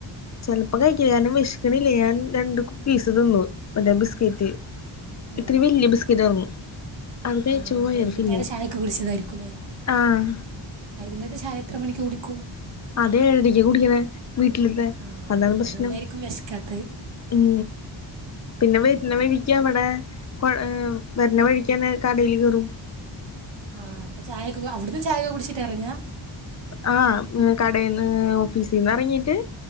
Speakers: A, on the left; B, on the right.
A: ചെലപ്പോ
B: ഓ
A: കഴിക്കില്ല കാരണം വെശ്ക്കണില്ലേ. ഞാൻ രണ്ട് കുക്കീസ് തിന്നു മറ്റേ ബിസകേറ്റ്
B: ഓ
A: ഇത്ര വല്ല്യ ബിസ്കറ്റാർന്നു അത്
B: ഓ
A: വയറ്
B: വൈകുന്നേരം
A: ഫില്ലായി
B: ചായക്ക കുടിച്ചതായിരിക്കുംല്ലേ.
A: ആഹ്
B: വൈകുന്നേരത്തെ ചായ എത്ര മണിക്ക് കുടിക്കും?
A: അതെ ഏഴരക്ക് കുടിക്കണെ വീട്ടിലത്തെ
B: ആ
A: അതാണ് പ്രശ്നം
B: അതുകൊണ്ടായിരിക്കും വിശക്കാത്തത്
A: ഉം പിന്നെ വര്ന്ന
B: ആ
A: വഴിക്ക് അവിടെ ഏ വര്ന്ന വഴിക്കന്നെ കടേല് കേറും
B: ആഹ് അപ്പൊ ചായക്കെ അവിടുന്ന് ചായക്കെ കുടിച്ചിട്ടാ എറങ്ങാ
A: ആഹ് കടേന്ന് ഓഫീസിന്നെറങ്ങീട്ട്